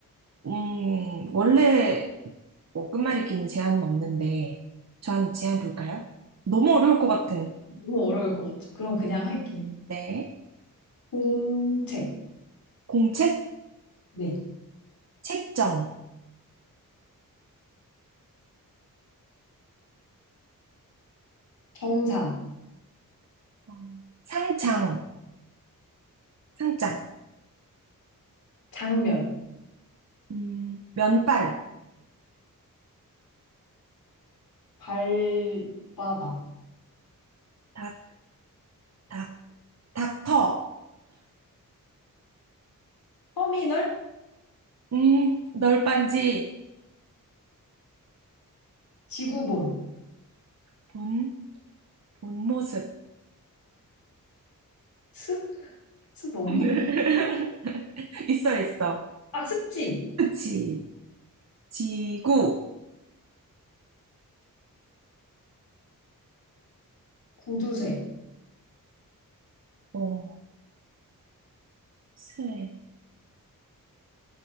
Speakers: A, on the right; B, on the left.
A: 음, 원래 뭐 끝말잇기는 제한은 없는데 저한테 제한 둘까요? 너무 어려울 것 같아.
B: 너무 어려울 것 같죠. 그럼 그냥 할게요.
A: 네.
B: 공책,
A: 공책,
B: 네.
A: 책정,
B: 정산
A: 어, 상장, 상장,
B: 장면,
A: 음, 면발,
B: 발바닥,
A: 닥, 닥, 닥터,
B: 터미널,
A: 음, 널빤지,
B: 지구본,
A: 본, 본 모습.
B: 습? 습 없는
A: <laughs>
B: 것 같아.
A: 있어, 있어.
B: 아, 습지,
A: 그치. 지구,
B: 구두쇠.
A: 어, 새,